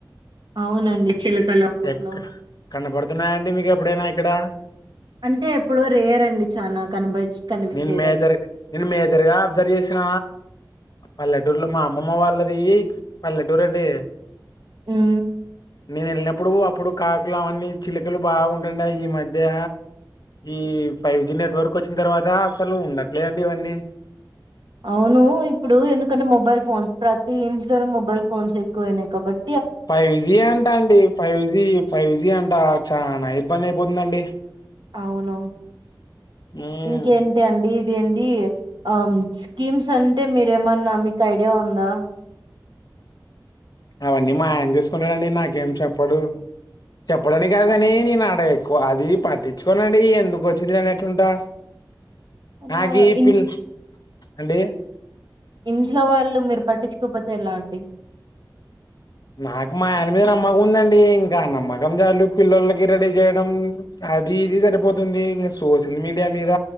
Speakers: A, on the right (about 70°); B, on the left (about 55°).
A: అవునండి చిలుకలు అప్పట్లో
B: ఎక కనపడుతున్నాయండి మీకు ఎప్పుడైనా అక్కడ
A: అంటే ఎప్పుడో రేయర్అండి చాలనా కబచ్ కనిపించేది
B: నేను మేజర్
A: అవి.
B: నేను మేజర్ గా అబ్జర్వ్ చేసిన పల్లెటూరులో మా అమ్మమ్మ వాళ్ళది, పల్లెటూర్ అండి.
A: ఉమ్.
B: నేన్ ఎళ్ళినప్పుడు అప్పుడు కాకులు అవన్నీ, చిలుకలు బాగున్. <inaudible> ఉన్నాయి. ఈ మధ్య ఈ ఫైవ్ జి నెట్వర్క్ వచ్చిన తర్వాత అసలు ఉండట్లే అండి ఇవన్నీ.
A: అవును, ఇప్పుడు ఎందుకంటే మొబైల్ ఫోన్స్, ప్రతి ఇంట్లోనూ మొబైల్ ఫోన్స్ ఎక్కువైనాయి కాబట్.
B: ఫైవ్ జి అంటా అండి, ఫైవ్ జి ఫైవ్ జి అంట చానా ఇబ్బంది అయి. <inaudible> పొందండి.
A: అవును,
B: హ్మ్.
A: ఇంకేంతి అండి. <unintelligible> అండి ఆ స్కీమ్స్ అంటే మీరేమన్నా మీకు ఐడియా ఉందా.
B: అవన్నీ మా ఆయన చూసుకుంటాడండి, నాకేం చెప్పాడు. చెప్పడానికి కాదుగానీ,
A: ఆ
B: నేన్ ఆడ. <inaudible> ఓ అది పట్టించుకోనండి, ఎందుకు ఓచ్చింది అని అట్లుంటా. నాగి
A: నా ఇన్
B: పిల్చ్. అండి.
A: ఇంట్లో వాళ్ళు, మీర్ పట్టించుకోపోతే ఎలా అండి.
B: నాకు మా ఆయన మీద నమ్మకం ఉందండి, ఇంకా నమ్మకం జాలు పిల్లోలాకి రెడీ చేయడం, అది ఇది సరిపోతుంది. ఇంగా సోషల్ మీడియా మీద